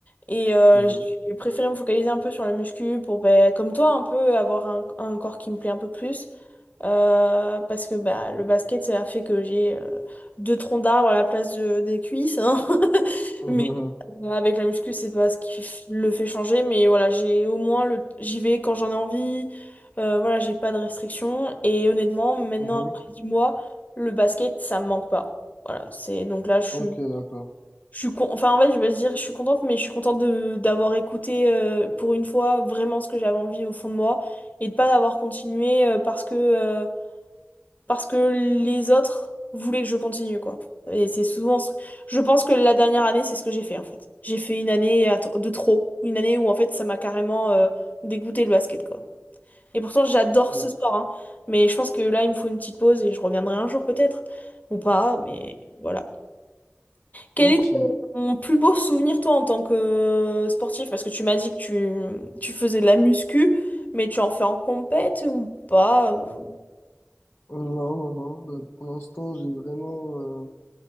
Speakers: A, on the left; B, on the left.
A: Et euh,
B: Mhm,
A: j'ai préféré me focaliser un peu sur la muscu pour, ben, comme toi, un peu avoir un, un corps qui me plaît un peu plus. Euh, parce que bah, le basket, ça a fait que j'ai euh, deux troncs d'arbre à la place de- des cuisses. hein. <laughs>
B: mhm,
A: Mais euh, avec la muscu, c'est pas ce qui f- le fait changer. Mais voilà, j'ai au moins le... j'y vais quand j'en ai envie. Euh, voilà, j'ai pas de restrictions. Et honnêtement, maintenant,
B: mhm, mhm.
A: après 10 mois, le basket, ça me manque pas. Voilà, c'est donc là, je suis.
B: Ok, d'accord.
A: Je suis con- Enfin, en fait, je vais dire, je suis contente, mais je suis contente de d'avoir écouté euh, pour une fois vraiment ce que j'avais envie au fond de moi et de pas d'avoir continué euh, parce que euh, parce que les autres voulaient que je continue, quoi. Et c'est souvent... ce- Je pense que la dernière année, c'est ce que j'ai fait, en fait. J'ai fait une année à tr- de trop. Une année où, en fait, ça m'a carrément euh, dégoûté le basket, quoi. Et pourtant, j'adore
B: O-
A: ce sport, hein. Mais je pense que là, il me faut une petite pause et je reviendrai un jour, peut-être. Ou pas, mais voilà. Quel
B: Ok.
A: est ton
B: Non,
A: ton plus beau souvenir, toi, en tant que euh, sportif? Parce que tu m'as dit que tu, tu faisais de la muscu, mais tu en fais en compète ou pas? euh,
B: non, non. Bah, Pour l'instant, j'ai vraiment euh,